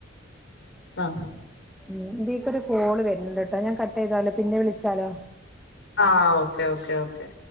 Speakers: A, on the left; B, in the centre.
A: ആഹ്
B: ഉം ഇതിലേക്ക് ഒരു കോള് വരണ്ട് കേട്ടോ ഞാൻ കട്ട് ചെയ്താലോ പിന്നെ വിളിച്ചാലോ
A: ആ ഓക്കേ ഓക്കേ ഓക്കേ ഓക്കെ